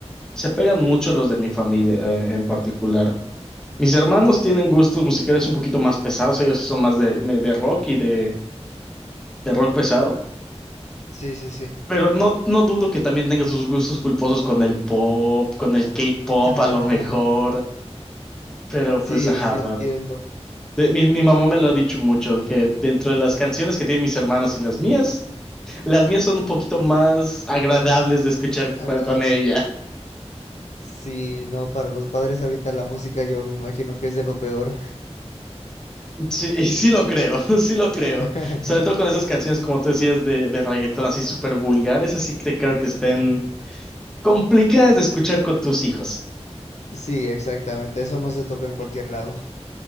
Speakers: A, in the centre; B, on the left (about 85°).
A: se pegan mucho a los de mi familia eh, en particular. Mis hermanos tienen gustos musicales un poquito más pesados, ellos sí son más de, me- de rock y de, de rock pesado,
B: Sí, sí, sí.
A: pero no, no dudo que también tengan sus gustos culposos con el pop, con el K-pop
B: <laughs>
A: a lo mejor, pero
B: Sí,
A: pues ajá,
B: sí, entiendo.
A: De- mi, mi mamá me lo ha dicho mucho, que dentro de las canciones que tienen mis hermanos y las mías, las mías son un poquito más agradables de escuchar
B: La
A: pa-
B: verdad
A: con ella.
B: Sí, no, para los padres ahorita la música yo me imagino que es de lo peor.
A: Sí, y sí lo creo, <laughs> sí lo creo.
B: <laughs>
A: Sobre todo con esas canciones, como tú decías, de, de reggaetón, así súper vulgares, así que creo que estén complicadas de escuchar con tus hijos.
B: Sí, exactamente, eso no se toca en cualquier lado.